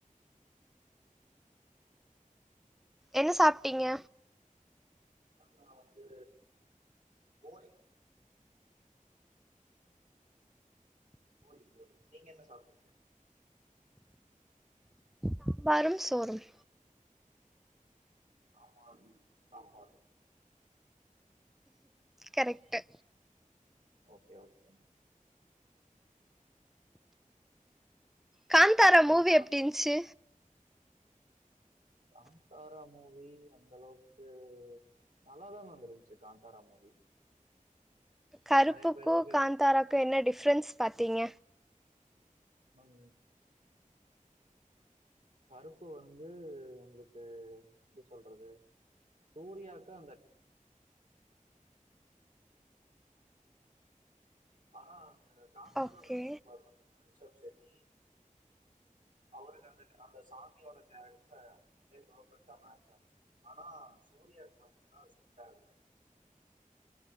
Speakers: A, in the centre; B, on the right (about 65°).
A: என்ன சாப்ட்டீங்க
B: நா வந்து பூரிங்க பூரி பூரி நீங்க என்ன சாப்ட்டீங்க
A: சாம்பாரும் சோறும்
B: சாம்பாரு சாப்பாடு
A: கரெக்ட்டு
B: ஓகே ஓகேங்க
A: கான்த்தாரா
B: நல்லா
A: மூவி
B: சா
A: எப்டி இன்ச்சு
B: கான்தாரா மூவி அந்தளவுக்கு நல்லாதா மேம் இருந்துச்சு காந்தாரா மூவி
A: கருப்புக்கு
B: நெறைய பேத்துக்கு
A: காந்தாராக்கு என்ன டிஃப்ரென்ஸ் பாத்திங்க
B: நம் கருப்பு வந்து உங்ளுக்கு எப்டி சொல்றது சூர்யாக்கு அந்த ஆனா அந்த காந்தாரால
A: ஓகே
B: நடிச்சிருப்பார்ல ஆ ரிஷப்‌ ஷெட்டி அவருக்கு அந்த அந்த சாமியோட கேரக்ட்ரு அப்டியே பர்ஃபெக்ட்டா மேச்சாச்சு ஆனா சூர்யாக்கு பாத்தீங்கன்னா அது செட்டாகல